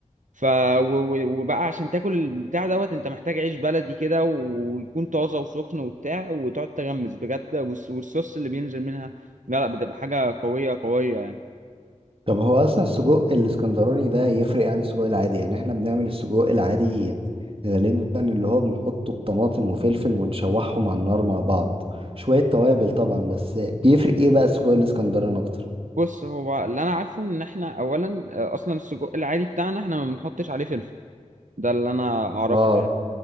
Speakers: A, on the right; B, on the right.
A: ف و- و- وبقى عشان تاكل البتاع دوت انت محتاج عيش بلدي كده ويكون طازه وسخن وبتاع وتقعد تغمس بجد والس- والصوص اللي بينزل منها لا لا بتبقى حاجه قويه قويه يعني
B: طب هو اصلا السجق الاسكندراني ده يفرق عن السجق العادي يعني احنا بنعمل السجق العادي غالبا اللي هو بنحطه بطماطم وفلفل ونشوحهم على النار مع بعض شوية توابل طبعا بس بيفرق ايه بقى السجق الاسكندراني اكتر
A: بص هو اللي انا عارفه ان احنا اولا آه، اصلا السجق العادي بتاعنا احنا ما بنحطش عليه فلفل ده اللي انا اعرفه
B: اه
A: يعني.